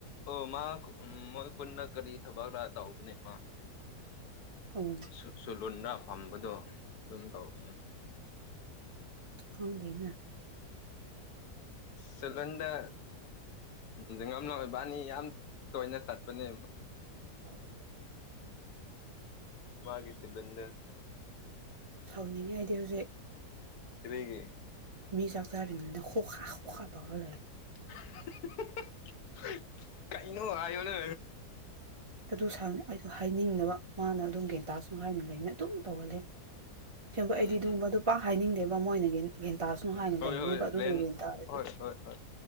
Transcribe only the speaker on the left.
ꯑꯣ ꯃꯥ ꯎꯝ ꯃꯣꯏ ꯈꯨꯟꯗ ꯀꯔꯤ ꯊꯕꯛꯔꯥ ꯇꯧꯕꯅꯦ ꯃꯥ
ꯁꯨ ꯁꯨꯂꯨꯜꯗ ꯐꯝꯕꯗꯣ ꯑꯗꯨꯝ ꯇꯧꯕꯅꯦ
ꯁꯂꯨꯜꯗ <unintelligible> ꯌꯥꯝ ꯇꯣꯏꯅ ꯆꯠꯄꯅꯦ
ꯃꯥꯒꯤ ꯁꯦꯂꯨꯟꯗꯣ
ꯀꯔꯤꯒꯤ
<unintelligible> ꯀꯩꯅꯣ ꯍꯥꯏꯌ‌ꯣꯅꯦ
ꯎꯝ
ꯎꯝ
ꯍꯣꯏ
ꯍꯣꯏ
ꯔꯦꯟ
ꯍꯣꯏ ꯍꯣꯏ ꯍꯣꯏ